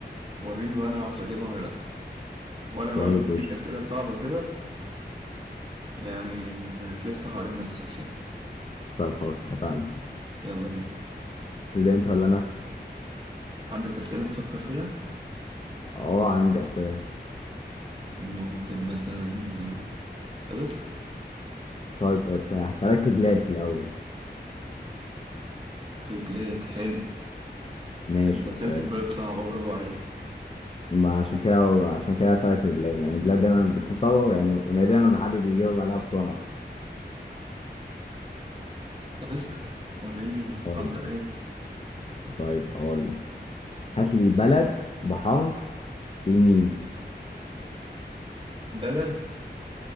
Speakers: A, on the right; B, on the left.
A: وريني بقى أنا هعرف أجيبها ولا لأ وأنا
B: طيب
A: برضه بديك
B: ايش
A: أسئلة صعبة كده يعني هتلف حوالين نفسك فيها
B: طيب خلاص اتفقنا
A: يلا بينا
B: تبدا انت ولا انا
A: عندك أسئلة تفكر فيها؟
B: اه عندي اسئله
A: ممكن مثلا طب اسأل
B: طيب ات- هسالك في بلاد في الاول
A: طيبلات حلو
B: ماشي
A: مثلت
B: آه،
A: بلاد صعبة برافو عليك
B: ما عشان كده عشان كده هسالك في البلاد يعني البلاد دايما بتكون صعبه يعني ونادرا لما حد بيجاوب عليها بسرعه
A: طب اسأل وريني محضر
B: طيب ماشي.
A: ايه
B: طيب اقول لك هات لي بلد بحرف الميم
A: بلد